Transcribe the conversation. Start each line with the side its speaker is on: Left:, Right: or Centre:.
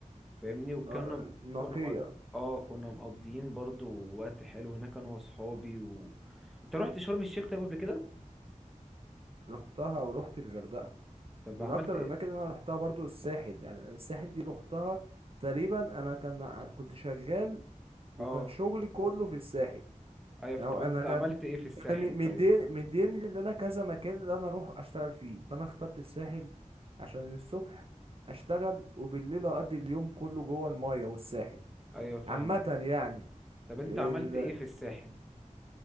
Centre: فاهمني وكنا
Right: آه، نقيه
Centre: كنا مق- اه كنا مقضيين برضو وقت حلو هناك انا واصحابي و... انت رحت شرم الشيخ طيب قبل كده
Right: رحتها ورحت الغردقه
Centre: طب
Right: من
Centre: عملت
Right: اكتر
Centre: ايه
Right: الاماكن اللي انا رحتها برضو الساحل يعني الساحل دي رحتها تقريبا انا كان ع- كنت شغال وكان
Centre: اه
Right: شغلي كله في الساحل
Centre: ايوه
Right: أو
Centre: طب
Right: أنا
Centre: انت
Right: كان
Centre: عملت ايه في الساحل
Right: كان مي- مدين
Centre: طيب
Right: مدين لي إن أنا كذا مكان اللي أنا أروح أشتغل فيه فأنا اخترت الساحل عشان الصبح أشتغل وبالليل أقضي اليوم كله جوه الماية والساحل
Centre: ايوه فاهمك
Right: عامة يعني
Centre: طب انت
Right: ال...
Centre: عملت ايه في الساحل